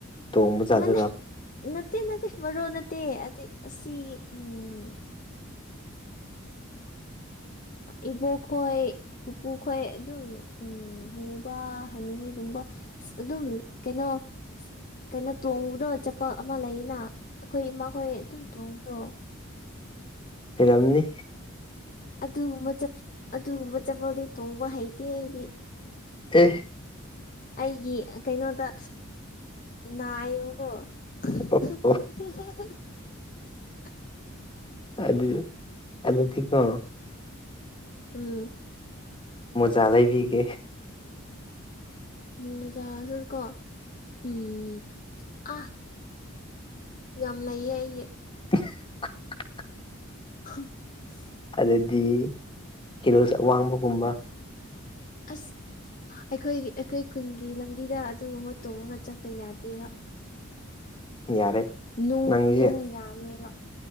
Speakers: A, on the left; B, on the left.
A: ꯇꯣꯡꯕꯖꯥꯠꯁꯨ
B: ꯃꯅꯦ
A: ꯂꯥꯄ
B: ꯅꯠꯇꯦ ꯅꯠꯇꯦ ꯃꯔꯣ ꯅꯠꯇꯦ ꯑ ꯑꯁꯤ ꯎꯝ ꯏꯕꯣꯛ ꯈꯣꯏ ꯄꯨꯄꯨ ꯈꯣꯏ ꯑꯗꯨꯝ ꯍꯟꯅꯨꯕ ꯍꯅꯨꯕꯤꯒꯨꯝꯕ ꯑꯗꯨꯝ ꯀꯩꯅꯣ ꯀꯩꯅꯣ ꯇꯣꯡꯕꯗꯣ ꯆꯄ ꯑꯃ ꯂꯩꯅ ꯑꯩꯈꯣꯏ ꯃꯈꯈꯣꯏ ꯑꯗꯨꯝ ꯇꯣꯡꯕꯗꯣ
A: ꯍꯔꯝꯅꯤ
B: ꯑꯗꯨꯒꯨꯝꯕ ꯑꯗꯨꯒꯨꯝꯕ ꯆꯠꯄꯥꯎꯗꯤ ꯇꯣꯡꯕ ꯍꯩꯇꯦ ꯑꯩꯗꯤ
A: ꯁꯤ
B: ꯑꯩꯒꯤ ꯀꯩꯅꯣꯗ ꯅꯥꯏꯕꯀꯣ <unintelligible>
A: ꯑꯣ ꯑꯣ ꯑꯗꯨꯗꯤ ꯑ ꯊꯤꯀꯣ
B: ꯎꯝ
A: ꯃꯖꯥꯗꯕꯤꯤꯒꯦ
B: ꯃꯖꯥꯁ ꯀꯣ ꯎꯝ ꯑ ꯌꯥꯝ ꯂꯩꯌꯦ ꯑꯩꯒꯤ
A: <unintelligible>
B: <unintelligible>
A: ꯑꯗꯨꯗꯤ ꯍꯤꯔꯣꯜꯁꯦ ꯑꯋꯥꯡꯕꯒꯨꯝꯕ
B: ꯑꯁ ꯑꯩꯈꯣꯏꯒꯤ ꯑꯩꯈꯣꯏ ꯈꯨꯟꯒꯤ ꯂꯝꯕꯤꯗ ꯑꯗꯨꯒꯨꯝꯕ ꯇꯣꯡꯔꯒ ꯆꯠꯄ ꯌꯥꯗꯦꯔꯣ
A: ꯌꯥꯔꯦ
B: ꯅꯨꯡ
A: ꯅꯪꯁꯦ
B: ꯅꯨꯡ ꯌꯥꯝꯃꯦꯕ